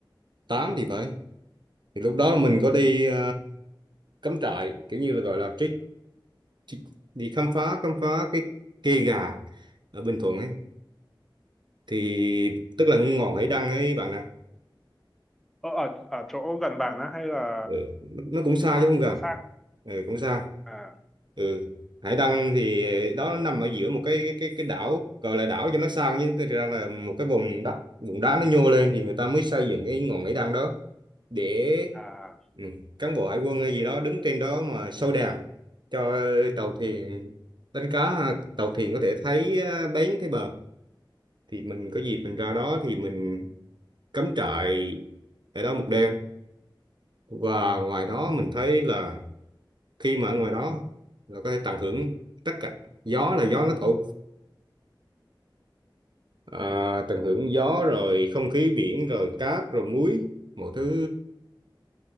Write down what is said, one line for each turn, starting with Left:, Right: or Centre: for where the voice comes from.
Right: tám thì phải thì lúc đó là mình có đi à, cắm trại kiểu như là gọi là trek chị- đi khám phá khám phá cái kê gà ở Bình Thuận ấy thì tức là ngọn Hải Đăng ấy bạn ạ
Centre: Ở, ở, ở chỗ gần bạn á hay là
Right: ừ, nó cũng xa chứ không gần
Centre: có xa?
Right: ừ, cũng xa
Centre: À,
Right: ừ. Hải Đăng thì đó nằm ở giữa một cái cái cái đảo gọi là đảo cho nó sang nhưng thực ra là một cái vùng đất vùng đá nó nhô lên thì người ta mới xây dựng cái ngọn Hải Đăng đó để
Centre: à,
Right: ừ, cán bộ hải quân hay gì đó đứng trên đó mà soi đèn cho tàu thuyền đánh cá ha, tàu thuyền có thể thấy ờ, bến thấy bờ thì mình có dịp mình ra đó thì mình cắm trại ở đó một đêm và ngoài đó mình thấy là khi mà ở ngoài đó là có thể tận hưởng tất cả gió là gió nó thổi à,
Centre: ừ.
Right: tận hưởng gió rồi không khí biển rồi cát rồi muối một thứ